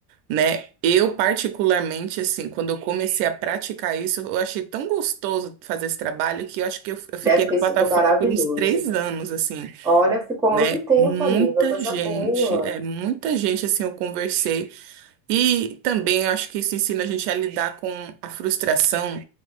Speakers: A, on the right; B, in the centre.
A: né? Eu, particularmente, assim, quando eu comecei a praticar isso, eu achei tão gostoso fazer esse trabalho que eu acho que eu, eu fiquei
B: Deve ter
A: na plataforma
B: sido maravilhoso.
A: por uns três anos, assim,
B: Olha, ficou muito
A: né?
B: tempo,
A: Muita
B: amiga, coisa
A: gente,
B: boa.
A: é, muita gente, assim, eu conversei. E também eu acho que isso ensina a gente a lidar com a frustração